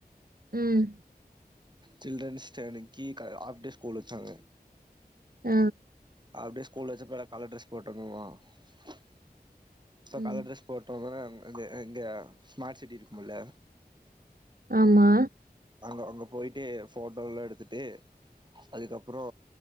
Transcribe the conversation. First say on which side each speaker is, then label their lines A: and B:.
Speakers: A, on the right (about 65°); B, on the right (about 25°).
A: ம்
B: சில்ட்ரன்ஸ் டே அன்னைக்கு க ஆஃப் டே ஸ்கூல் வச்சாங்க
A: ஆ
B: ஆஃப் டே ஸ்கூல் வச்சப்ப எல்லா கலர் ட்ரெஸ் போட்ட <unintelligible> சோ கலர்
A: ம்
B: ட்ரெஸ் போட்டோ <unintelligible> இது இங்க ஸ்மார்ட் சிட்டி இருக்குமுல
A: ஆமா
B: அங்கோ அங்க போயிட்டு ஃபோட்டோல்லா எடுத்துட்டு அதுக்கப்றோ